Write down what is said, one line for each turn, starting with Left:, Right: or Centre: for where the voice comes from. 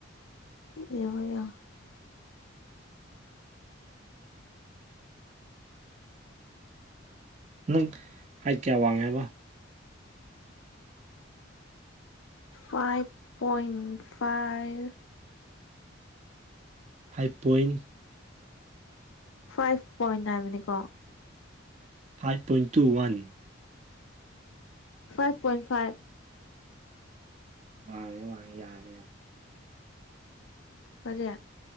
Left: ꯌꯦꯡꯉꯣ ꯌꯦꯡꯉꯣ
Right: ꯅꯪ ꯍꯥꯏꯠ ꯀꯌꯥ ꯋꯥꯡꯉꯦ ꯍꯥꯏꯕ
Left: five point five
Right: five point
Left: five point ꯅꯥꯏꯕꯅꯤꯀꯣ
Right: five point two one
Left: five point five
Right: ꯋꯥꯉꯦ ꯋꯥꯉꯦ ꯌꯥꯔꯦ ꯌꯥꯔꯦ
Left: ꯀꯔꯤ